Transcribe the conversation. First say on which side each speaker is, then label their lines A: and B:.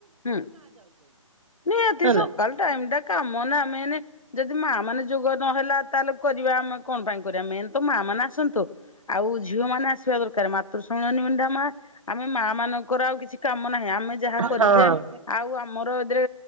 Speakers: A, on the left; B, on the right.
A: ହୁଁ ନିହାତି
B: ହେଲା।
A: ସକାଳ ଟାଇମ ଟା କାମ ନା, ମେନେ ଯଦି ମା ମାନେ ଯୋଗ ନହେଲା ତାହେଲେ କରିବା ଆମେ କଣ ପାଇଁ କରିବା। ମେନ୍ ତ ମା ମାନେ ଆସନ୍ତୁ, ଆଉ ଝିଅ ମାନେ ଆସିବା ଦରକାର ମାତୃ ଶୁଣନି ମେଣ୍ଢା ମା ଆମେ ମା ମାନଙ୍କର ଆଉ କିଛି କାମ। ନାହିଁ ଆମେ ଯାହା
B: ହଁ
A: କରି
B: ହଁ
A: ଯେେ। ଆଉ ଆମର ଏଥିରେ